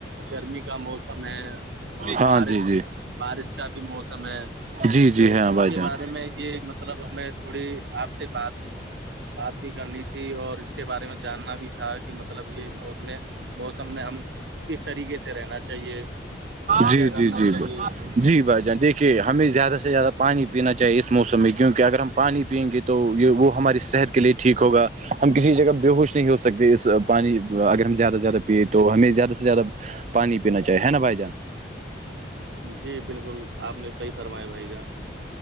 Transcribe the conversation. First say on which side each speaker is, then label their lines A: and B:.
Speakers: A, on the right; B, on the right.
A: گرمی کا موسم ہے اور
B: ہاں
A: بارش
B: جی جی
A: بارش کا بھی موسم ہے
B: جی جی
A: تو
B: ہاں
A: اس
B: بھائی
A: کے
B: جان
A: بارے میں یہ مطلب ہمیں تھوڑی آپ سے بات بات بھی کرنی تھی اور اس کے بارے میں جاننا بھی تھا کہ مطلب یہ موسم موسم میں ہم کس طریقے سے رہنا چاہیے کیا
B: جی
A: کیا
B: جی
A: کرنا
B: جی
A: چاہیے
B: جی بھائی جان دیکھیے ہمیں زیادہ سے زیادہ پانی پینا چاہیے اس موسم میں کیونکہ اگر ہم پانی پئیں گے تو تو یہ وہ ہماری صحت کے لیے ٹھیک ہوگا ہم کسی جگہ بے ہوش نہیں ہو سکتے اس پانی اگر ہم زیادہ سے زیادہ پیے تو ہمیں زیادہ سے زیادہ پانی پینا چاہیے ہے نا بھائی جان
A: جی بالکل آپ نے صحیح فرمایا بھائی جان